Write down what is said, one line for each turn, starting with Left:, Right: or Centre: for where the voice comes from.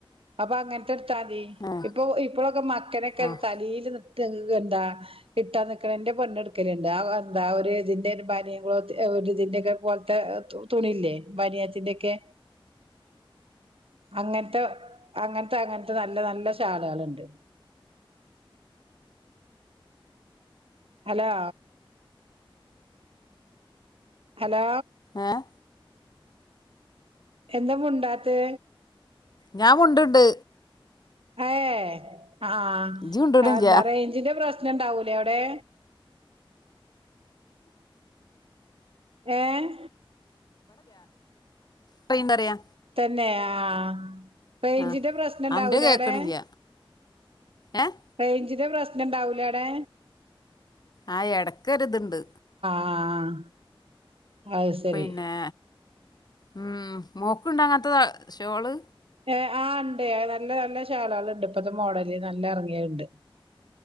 Right: അപ്പ അങ്ങൻത്തെ ഇട്ത്താതി.
Left: ഏഹ്
Right: ഇപ്പൊ ഇപ്പൊളൊക്കെ മക്കനെക്കെ
Left: ആഹ്
Right: തലേല് നിട്ട എന്താ ഇട്ട നി ക്ക് ഇന്റെ പെണ്ണെട്ക്കല്ണ്ട് അഹ് എന്താ ഒരു ഇതിന്റെര് ബനിൻ ക്ലോത്ത് ഒര് ഇതിന്റെക്കെ പോൽത്തെ തു തു ണില്ലേ ബനിയെത്തിന്റെക്കെ അങ്ങൻത്തെ അങ്ങൻത്തെ അങ്ങൻത്തെ നല്ല നല്ല ഷാൾള്ണ്ട്. അലോ ഹലോ
Left: ഏഹ്
Right: എന്താ മുണ്ടാത്തെ
Left: ഞാൻ മുണ്ട്ണ്ട്
Right: ഏഹ് ആഹ്
Left: ഇജ്ജ് മുണ്ട്ണില്ല
Right: എന്താറേഞ്ചിന്റെ പ്രശ്ന പ്രശ്നണ്ടാവൂലേ അവിടെ ഏഹ്
Left: പയിന്തറിയാ
Right: തന്നെ ആഹ് റേഞ്ചിന്റെ
Left: ആഹ്
Right: പ്രശ്നോ ഇണ്ടാവിലെ
Left: അന്റെ കേക്ക്ണില്ല
Right: അവിടെ
Left: ഏഹ്
Right: റേയ്ഞ്ച് ഞ്ചിന്റെ പ്രശ്നോ ഇണ്ടാവുലെ അവിടെ
Left: ആ എടക്കെരിതുണ്ട്
Right: ആഹ് അത് ശരി
Left: പിന്നെ ഉം മോക്ക് ഇണ്ടാങ്ങാത്ത അ ഷോള്
Right: ഏഹ് ആ ഉണ്ട് നല്ല നല്ല ഷാളാള് ഉണ്ട് ഇപ്പത്തെ മോഡല് നല്ല ഇറങ്ങിയണ്ട്